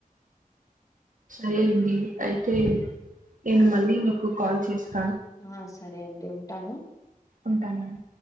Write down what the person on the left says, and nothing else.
ఆ సరే అండి ఉంటాను